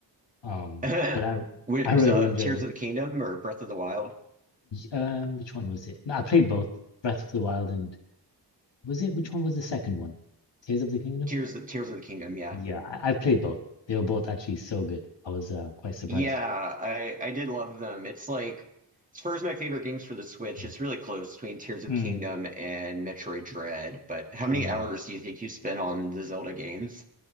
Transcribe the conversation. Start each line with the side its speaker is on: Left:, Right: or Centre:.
Left: Um,
Right: <laughs>
Left: but I
Right: With
Left: I really
Right: the
Left: enjoyed
Right: Tears
Left: it.
Right: of the Kingdom or Breath of the Wild?
Left: um, which one was it? No, I played both Breath of the Wild and was it which one was the second one? Tears of the Kingdom?
Right: Tears Tears of the Kingdom, yeah.
Left: Yeah, I, I've played both. They were both actually so good. I was uh, quite surprised.
Right: Yeah, I I did love them. It's like as far as my favorite games for the Switch,
Left: Mm.
Right: it's really close between Tears of
Left: Mm,
Right: the Kingdom and Metroid Dread. But how many
Left: mm.
Right: hours do you think you spent on the Zelda games?